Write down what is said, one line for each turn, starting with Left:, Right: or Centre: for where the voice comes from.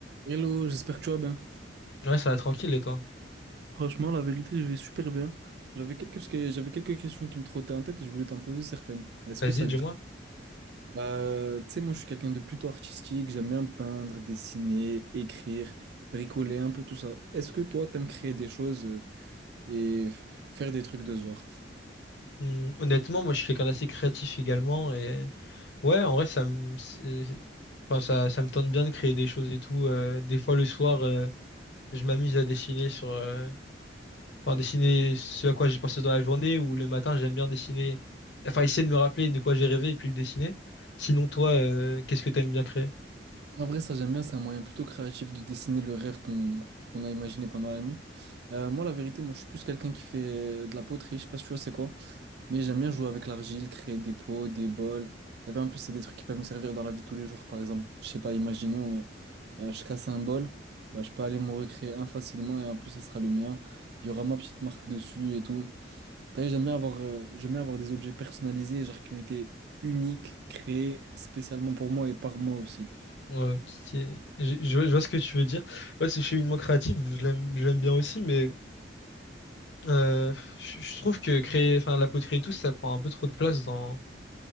Right: Hello, j'espère que tu vas bien.
Left: Ouais, ça va tranquille, et toi?
Right: Franchement, la vérité, je vais super bien. J'avais quelques, que j'avais quelques questions qui me trottaient en tête et je voulais t'en poser certaines. Est-ce
Left: Vas-y,
Right: que ça
Left: dis-moi.
Right: te dit? Euh, tu sais, moi, je suis quelqu'un de plutôt artistique. J'aime bien peindre, dessiner, écrire, bricoler, un peu tout ça. Est-ce que toi, t'aimes créer des choses euh, et f- faire des trucs de ce genre?
Left: Hmm, honnêtement, moi, je suis quelqu'un d'assez créatif également, et ouais, en vrai, ça me, c'est- enfin, ça, ça me tente bien de créer des choses et tout. euh, des fois, le soir, euh, je m'amuse à dessiner sur, euh, enfin, dessiner ce à quoi j'ai pensé dans la journée, ou le matin, j'aime bien dessiner, enfin, essayer de me rappeler de quoi j'ai rêvé et puis le dessiner. Sinon, toi, euh, qu'est-ce que t'aimes bien créer?
Right: En vrai, ça, j'aime bien. C'est un moyen plutôt créatif de dessiner le rêve qu'on qu'on a imaginé pendant la nuit. Euh, moi, la vérité, moi, je suis plus quelqu'un qui fait euh, de la poterie. Je sais pas si tu vois, c'est quoi? Mais j'aime bien jouer avec l'argile, créer des pots, des bols. T'as vu, en plus, c'est des trucs qui peuvent me servir dans la vie de tous les jours. Par exemple, je sais pas, imaginons, euh, euh, je casse un bol, bah, je peux aller m'en recréer un facilement et en plus, ça sera le mien. Il y aura ma petite marque dessus et tout. T'as vu, j'aime bien avoir, euh, j'aime bien avoir des objets personnalisés, genre qui ont été uniques, créés spécialement pour moi et par moi aussi.
Left: Ouais, qui- je, je vois je vois ce que tu veux dire. Ouais, c'est- je suis une moins créative, je l'aime, je l'aime bien aussi, mais Euh, je je trouve que créer, enfin, la poterie et tout, ça prend un peu trop de place dans.